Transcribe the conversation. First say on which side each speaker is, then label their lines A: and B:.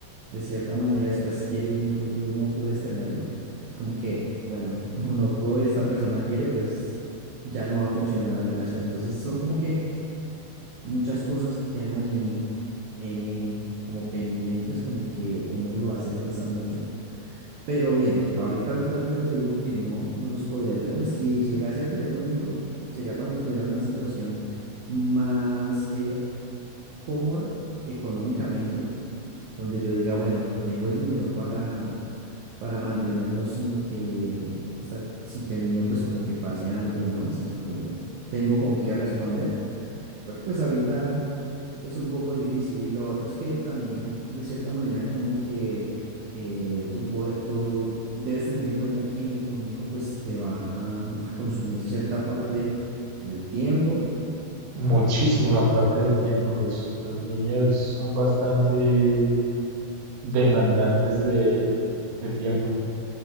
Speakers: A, on the right (about 65°); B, on the right (about 85°).
A: de cierta manera después quiere un hijo y tú no puedes tenerlo, es como que, bueno, <laughs> no, no puedo, esta persona quiere, pues ya no va a funcionar la relación. Entonces son como que muchas cosas que quedan ahí em, como pendientes, como que uno lo hace pensar mucho. Pero bien, ahorita, ahorita, ahorita yo digo que no, no los podría tener. Si llegase a tener un hijo, sería cuando estuviera en una situación más avanzada cómoda económicamente, donde yo diga, bueno, tengo el dinero para, para mantenerlo sin que, esta, sin que el niño pues como que pase hambre y demás, sino que tengo con qué responder, porque pues ahorita es un poco difícil y lo otro es que también de cierta manera como que eh, tú, pue- tú debes tener en cuenta que un hijo pues te va a, a consumir cierta parte del tiempo
B: Muchísima parte del tiempo los, los niños son bastante demandantes de de tiempo.